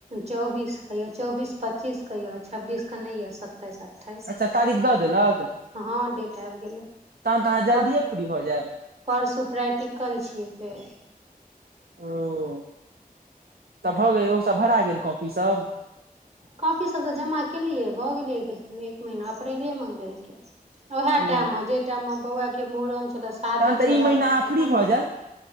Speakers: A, on the right; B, on the right.
A: चौबीस के य चौबीस पच्चीस के यऽ छब्बीस के नहि य सताईस अठ अठाइस
B: अच्छा तारीख दऽ देलक
A: हँ डेट आबि गेलैय
B: तहन तऽ अहाँ जल्दिए
A: प
B: फ्री भऽ जायब
A: परसु प्रैक्टिकल छियै फेर
B: हुं त भऽ गेल ओ सभ भरा गेल कॉपी सब
A: कॉपी सभ तऽ जमा केलियै भऽ गेलै एक एक महीना अप्रैले महे लेलकै उएह
B: ओ
A: टाइम म जाहि टाइम म बौआके मूड़न छला शादी
B: तहन तऽ
A: छला
B: ई महीना अहाँ फ्री
A: ह
B: भऽ जायब